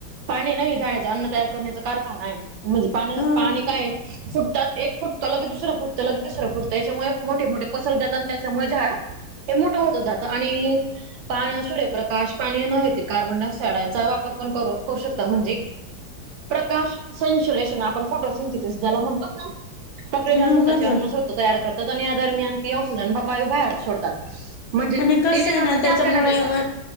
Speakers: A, on the right; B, on the left.
A: पाणी नाही झाडाच अन्न तयार करण्याचा कारखाना आहे. म्हणजे पान
B: हा
A: पाणी काय फुटतात. एक फुटतल लगी दुसरं फुटत लगी तिसरं फुटत याच्यामुळे मोठे मोठे पसरत जात आणि त्याच्यामुळे झाड हे मोठं होत जात आणि पान सूर्य प्रकाश पाणी नव्हे ते कार्बनडाय ऑक्साइडचा वापर पण कर करू शकतात म्हणजे प्रकाश संसोलेशन आपण फोटो सिंथेसिस ज्याला म्हणतो ना प्रक्रिदार
B: हा
A: स्वतःचे
B: बरोबर
A: अन्न स्वत तयार करतात आणि या दरम्यान ती ऑक्सिजन वायू बाहेर सोडतात. म्हणजे
B: आणि कसं
A: ते जे
B: आहे ना
A: खतात ते
B: त्याच्यामुळे
A: आपल्याला देतात.
B: अ-